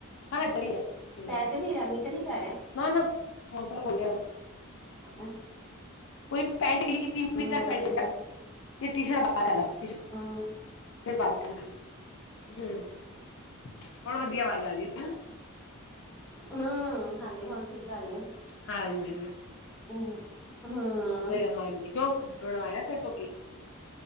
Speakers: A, on the left; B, in the centre.
A: ਹਾਂ ਏਦਾਂ ਹੀ ਹੈ
B: ਪੈ ਤੇ ਨੀ, ਮੀਂਹ ਤਾਂ ਨਹੀਂ ਪੈ ਰਿਹਾ‌।
A: ਨਾ ਨਾ ਮੌਸਮ, ਖੁੱਲਿਆ।
B: ਐੰ
A: ਕੋਈ ਪੈਂਟ ਗੀਲੀ ਕੀਤੀ ਹੋਣੀ ਸੈਸ਼ਨ
B: ਵਧੀਆ ਤੇ
A: ਕਰ
B: ਫਿਰ
A: ਟੀਸ਼ਰਟ ਬਾਰ ਕਰ ਲੈ। ਟੀਸ਼ਰਟ
B: ਹੂੰ
A: ਬਾਲ ਕਾਲੇ ਕਰ ਹੁੰ, ਹੁਣ ਵਧੀਆ ਆਵਾਜ਼ ਆ ਰਹੀ। ਹਮ
B: ਹਮ, ਹਾਂਜੀ, ਹੁਣ ਠੀਕ ਆ ਰਹੀ ਹੈ।
A: ਹਾਂਜੀ
B: ਹਮ ਹਾਂ
A: ਤੇ, ਹਾਂਜੀ, ਕਿਉਂ ਬਣਾਇਆ, ਫੇਰ ਤੋਂ ਕੀ।